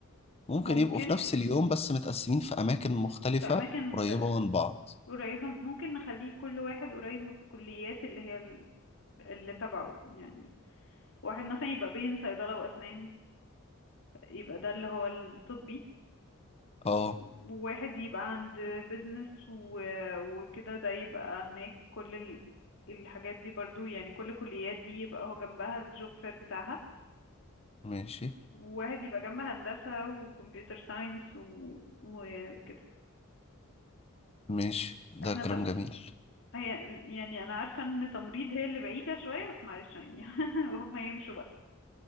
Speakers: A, on the left; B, on the left.
A: ممكن
B: ممكن
A: يبقوا في نفس اليوم بس متقسمين في أماكن مختلفة
B: في اماكن مختلفة
A: قريبة من بعض
B: قريبة ممكن نخليه كل واحد قريب من الكليات اللي هي ال- اللي تبعه يعني واحد مثلا يبقى بين صيدلة واسنان يبقى ده اللي هو الطبي
A: اه
B: واحد يبقى عند بيزنس وكده ده يبقى هناك كل ال- الحاجات دي برضو يعني كل كليات دي يبقى هو جنبها الجوب فير بتاعها
A: ماشي
B: وواحد يبقى جنبها هندسة وكمبيوتر ساينس و... وكده
A: ماشي ده
B: احنا
A: كلام
B: طب
A: جميل
B: هي يعني انا عارفة ان تمريض هي اللي بعيدة شوية بس معلش يعني <laughs> هم يمشوا بقى